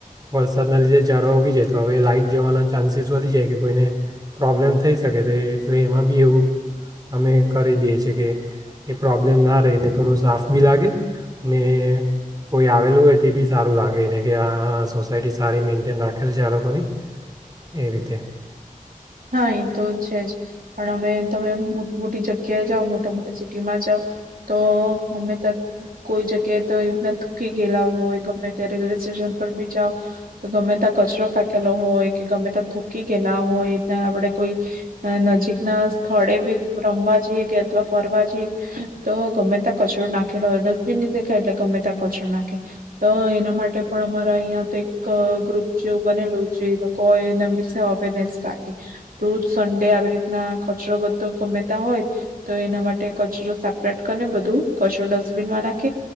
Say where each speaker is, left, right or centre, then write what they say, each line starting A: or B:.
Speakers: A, on the right; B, on the right.
A: વરસાદના લીધે ઝાડવા ઊગી જાય તો હવે લાઈટ જવાના ચાન્સીસ વધી જાય કે કોઈને પ્રોબ્લેમ થઈ શકે તો એટલે એમાં બી એવું અમે કરી દઈએ છીએ કે એ પ્રોબ્લેમ ના રહેને થોડું સાફ બી લાગે ને કોઈ આવેલું હોય તો બી સારું લાગે એને કે આ સોસાયટી સારી મેન્ટેન રાખે છે આ લોકોની એ રીતે
B: હા. એ તો છે જ. પણ અમે તમે મોટી મોટી જગ્યાએ જાઓ મોટા મોટા સિટીમાં જાઓ તો ઞમે ત્યાં કોઈ જગ્યાએ તો એવી રીતના થૂકી ગયેલા હોય ગમે ત્યાં રેલવે સ્ટેશન પર બી જાઓ તો ગમે ત્યાં કચરો ફેકેલો હોય કે ગમે ત્યાં થૂ ગ હોય ત્યા આપણે કોઈ નજીક ના સ્થળે બી રમવા જઈએ કે અથવા ફરવા જઈએ તો ગમે ત્યાં કચરો નાખેલો હોય ડસ્ટબિન ન દેખાય યએટલે ગમે ત્યાં કચરો નાખે તો એના માટે પણ અમારા અહિયાં તો એક ગ્રુપ જેવું બનેલું છે લોકો હોય. વેને રાખે, રોજ સડે આવી રીતના કચરો બધો ગમેતા હોય તો એના માટે કચરો સેપરેટ કરીને બધું કચરો ડસ્ટબિનમાં રાખે